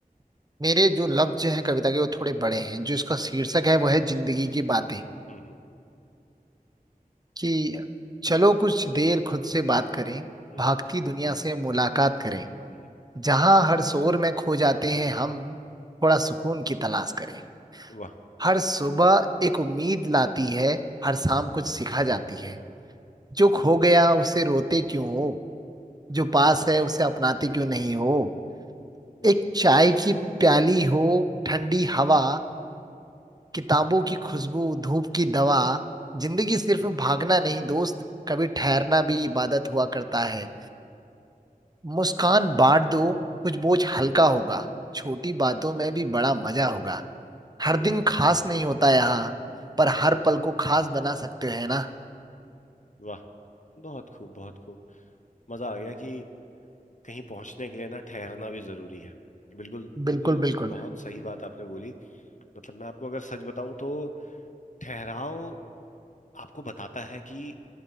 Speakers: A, on the right; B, on the left.
A: मेरे जो लफ्ज हैं कविता के वो थोड़े बड़े हैं जो इसका शीर्षक है वो है जिंदगी की बातें
B: हम्म
A: कि चलो कुछ देर खुद से बात करें
B: हम्म
A: भागती
B: हम्म
A: दुनिया से मुलाकात करें
B: हम्म,
A: जहां हर शोर में खो जाते हैं हम थोड़ा सुकून की तलाश करें
B: वाह
A: हर सुबह एक उम्मीद लाती है हर शाम कुछ सिखा जाती है जो खो गया उसे रोते क्यों हो जो पास है उसे अपनाते क्यों नहीं हो
B: हम्म,
A: एक चाय की प्याली हो ठंडी हवा किताबों की खुशबू धूप की दवा जिंदगी सिर्फ भागना नहीं दोस्त कभी ठहरना भी इबादत हुआ करता है मुस्कान बांट दो कुछ बोझ हल्का होगा छोटी बातों में भी बड़ा मजा होगा हर
B: हम्म,
A: दिन खास नहीं होता यहाँ पर हर पल को खास बना सकते हैं ना
B: वाह बहुत खूब बहुत खूब मजा आ गया कि कहीं पहुंचने के लिए ना ठहरना भी जरूरी है बिल्कुल बिल्कुल
A: बिल्कुल बिल्कुल
B: बहुत सही बात आपने बोली मतलब मैं आपको अगर सच बताऊं तो ठहराव आपको बताता है कि